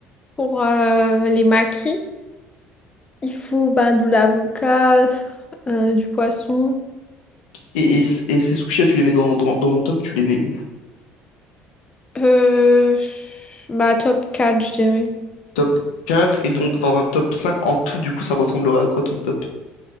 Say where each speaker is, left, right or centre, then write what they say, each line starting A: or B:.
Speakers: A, on the left; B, on the left.
A: pour euh, les makis. il faut bah, de l'avocat, euh, du poisson.
B: Et, et, c- et ces sushis tu les mets dans, dans, dans ton top, tu les mets où?
A: Euh, bah, top 4 je dirais.
B: Top 4 et donc dans un top 5 en tout, du coup, ça ressemblerait à quoi ton top?